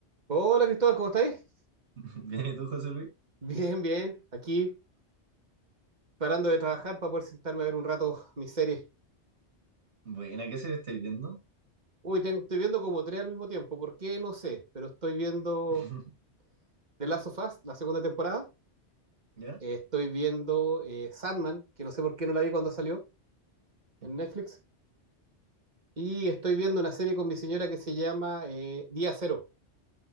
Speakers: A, on the right; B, on the right.
A: Hola Cristóbal, ¿cómo estáis?
B: <laughs> Bien, ¿y tú, José Luis?
A: <laughs> Bien, bien. Aquí parando de trabajar para poder sentarme a ver un rato mis series.
B: Buena, ¿qué serie estáis viendo?
A: Uy, ten- estoy viendo como tres al mismo tiempo. ¿Por qué? No sé. Pero estoy viendo
B: <laughs>
A: The Last of Us, la segunda temporada.
B: ¿Ya?
A: Eh, estoy viendo eh, Sandman, que no sé por qué no la vi cuando salió en
B: Ujú.
A: Netflix. Y estoy viendo una serie con mi señora que se llama eh, Día Cero,